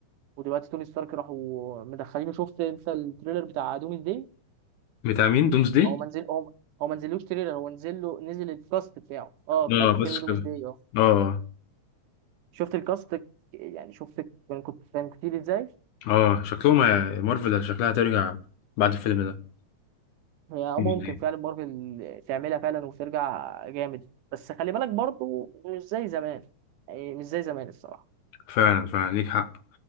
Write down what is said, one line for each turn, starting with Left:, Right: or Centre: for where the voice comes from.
Right: ودلوقتي توني ستارك راحوا مدخلينه شفت انت التريلر بتاع دومز داي
Left: بتاع مين دومز دي؟
Right: هو ما نزل هو هو ما نزلوش تريلر هو نزل له نزل الكاست بتاعه اه بتاع
Left: اه
Right: فيلم
Left: بس كده
Right: دومز داي اه
Left: اه
Right: شفت الكاست يعني شفت كان كنت كان كتير ازاي
Left: اه شكلهم هي- مارفل شكلها هترجع بعد الفيلم ده
Right: هي اه
Left: مم.
Right: ممكن فعلا مارفل تعملها فعلا وترجع جامد بس خلي بالك برضو مش زي زمان يعني مش زي زمان الصراحة
Left: فعلا فعلا ليك حق